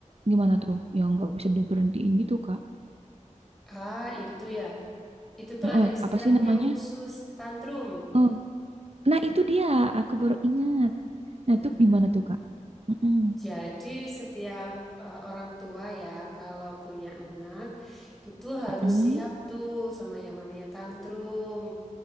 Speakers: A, on the right; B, in the centre.
A: gimana tuh? Yang nggak bisa diberhentiin gitu Kak.
B: Ah, itu ya. Itu tuh
A: Heeh,
B: ada istilahnya
A: apa sih namanya?
B: khusus tantrum.
A: Oh, Nah, itu dia. Aku baru ingat. Nah,
B: Nah,
A: itu gimana tuh, Kak? Mm-mm.
B: jadi setiap eh, orang tua ya kalau punya anak itu harus
A: Mm-mm.
B: siap tuh sama yang namanya tantrum.